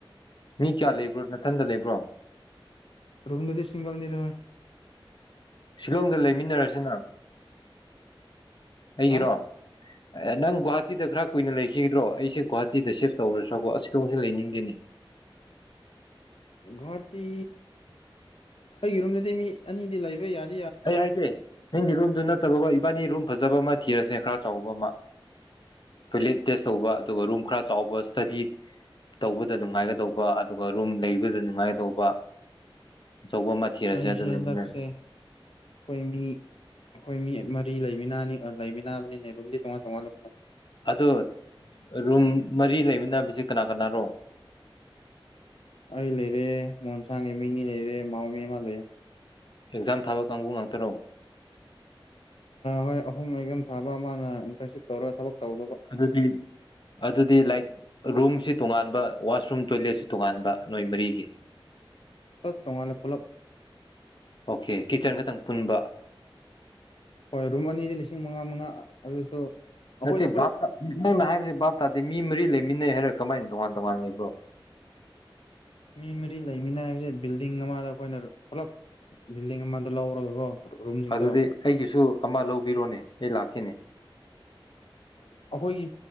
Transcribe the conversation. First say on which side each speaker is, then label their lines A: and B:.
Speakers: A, on the left; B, on the left.
A: ꯃꯤ ꯀꯌꯥ ꯂꯩꯕ꯭ꯔꯣ ꯅꯥꯊꯟꯗ ꯂꯩꯕ꯭ꯔꯣ
B: ꯔꯕꯤꯗ꯭ꯔꯖꯤ ꯁꯤꯁꯤꯡꯒꯅꯤꯗꯃꯦ
A: ꯁꯤꯂꯣꯡꯗ ꯂꯩꯃꯤꯟꯅꯔꯁꯤꯅ ꯑꯩꯒꯤꯔꯣ
B: ꯍꯥ
A: ꯑꯦ ꯅꯪ ꯒꯨꯍꯥꯇꯤꯗ ꯈꯔ ꯀꯨꯏꯅ ꯂꯩꯈꯤꯒꯗ꯭ꯔꯣ ꯑꯩꯁꯦ ꯒꯨꯍꯥꯇꯤꯗ ꯁꯤꯐ ꯇꯧꯔꯠꯇ꯭ꯔꯥꯕꯣ ꯑꯁꯤꯗꯣꯁꯨ ꯂꯩꯅꯤꯡꯗꯦꯅꯦ
B: <unintelligible> ꯒꯨꯍꯥꯇꯤ ꯑꯩꯒꯤ ꯔꯨꯝꯗꯗꯤ ꯃꯤ ꯑꯅꯤꯗꯤ ꯂꯩꯕ ꯌꯥꯅꯤ
A: ꯐꯩ ꯍꯥꯏꯁꯦ ꯅꯪꯒꯤ ꯔꯨꯝꯗꯨ ꯅ ꯐꯠꯇꯕꯈꯣ ꯏꯕꯥꯅꯤ ꯔꯨꯝ ꯐꯖꯕ ꯑꯃ ꯊꯤꯔꯁꯦ ꯈꯔ ꯆꯥꯎꯕ ꯑꯃ ꯇꯣꯏꯂꯦꯠ ꯇꯦꯁ ꯇꯧꯕ ꯑꯗꯨꯒ ꯔꯨꯝ ꯈꯔ ꯆꯥꯎꯕ ꯏꯁꯇꯗꯤ ꯇꯧꯕꯗ ꯅꯨꯡꯉꯥꯏꯒꯗꯧꯕ ꯑꯗꯨꯒ ꯔꯨꯝ ꯂꯩꯕꯗ ꯅꯨꯡꯉꯥꯏꯒꯗꯧꯕ ꯑꯆꯧꯕ ꯑꯃ ꯊꯤꯔꯁꯦ
B: ꯑꯩꯁꯦ
A: ꯑꯗꯨꯃꯤꯟꯅꯔꯦ
B: ꯍꯟꯗꯛꯁꯦ ꯑꯩꯈꯣꯏ ꯃꯤ ꯑꯩꯈꯣꯏ ꯃꯤ ꯃꯔꯤ ꯂꯩꯃꯤꯟꯅꯅꯤ ꯂꯩꯃꯤ ꯔꯝꯗꯤ ꯇꯣꯡꯉ ꯇꯣꯡꯉꯂꯦꯂꯣ
A: ꯑꯗꯣ ꯔꯨꯝ ꯃꯔꯤ ꯂꯩꯃꯤꯟꯅꯅꯕꯁ ꯀꯅꯥ ꯀꯅꯥꯅꯣ
B: ꯑꯩ ꯂꯩꯔꯦ ꯃꯣꯟꯁꯥꯡꯒꯤ ꯃꯤꯅꯤ ꯂꯩꯔꯦ ꯃꯥꯎ ꯃꯤꯃ ꯂꯩ
A: ꯑꯦꯛꯖꯥꯝ ꯊꯥꯕ ꯀꯥꯡꯕꯨ ꯉꯥꯛꯇꯅꯣ
B: ꯍꯣꯏ ꯑꯍꯨꯝ ꯃꯨꯝꯝ ꯊꯥꯕ ꯃꯥꯅ ꯏꯟꯇꯔꯟꯁꯤꯞ ꯇꯧꯔꯒ ꯊꯕꯛ ꯇꯧꯗꯧꯕ
A: ꯑꯗꯨꯗꯗꯤ ꯑꯗꯨꯗꯤ ꯂꯥꯏꯠ ꯔꯨꯝꯁꯤ ꯇꯣꯉꯥꯟꯕ ꯋꯥꯁꯔꯨꯝ ꯇꯣꯏꯂꯦꯠꯁꯤ ꯇꯣꯉꯥꯟꯕ ꯅꯣꯏ ꯃꯔꯤꯒꯤ
B: <unintelligible> ꯇꯣꯡꯉꯥꯜꯂꯦ ꯄꯨꯂꯞ
A: ꯑꯣꯀꯦ ꯀꯤꯆꯟ ꯈꯇꯪ ꯑꯄꯨꯟꯕ
B: ꯍꯣꯏ ꯔꯨꯝ ꯑꯅꯤꯗꯤ ꯂꯤꯁꯤꯡ ꯃꯉꯥ ꯃꯉꯥ ꯑꯗꯨꯁꯨ ꯑꯩꯈꯣꯏꯅ
A: ꯅꯠꯇꯦ
B: ꯄꯨꯂꯞ
A: ꯕꯥꯞꯅ ꯍꯥꯏꯕꯁꯤ ꯕꯥꯞ ꯇꯥꯗꯦ ꯃꯤ ꯃꯔꯤ ꯂꯩ ꯃꯤꯅꯩ ꯍꯥꯏꯔ ꯀꯃꯥꯏꯅ ꯇꯣꯉꯥꯟ ꯇꯣꯉꯥꯟ ꯂꯩꯕ꯭ꯔꯣ
B: ꯃꯤ ꯃꯔꯤ ꯂꯩꯃꯤꯅ ꯍꯥꯏꯕꯁꯦ ꯕꯤꯜꯗꯤꯡ ꯑꯃꯗ ꯑꯩꯈꯣꯏꯅ ꯄꯨꯂꯞ ꯕꯤꯜꯗꯤꯡ ꯑꯃꯗ ꯂꯧꯔꯒꯀꯣ ꯔꯨꯝꯁꯤꯡꯗꯣ
A: ꯑꯗꯨꯗꯤ ꯑꯩꯒꯤꯁꯨ ꯑꯃ ꯂꯧꯕꯤꯔꯣꯅꯦ ꯑꯩ ꯂꯥꯛꯈꯤꯅꯦ
B: ꯑꯩꯈꯣꯏꯒꯤ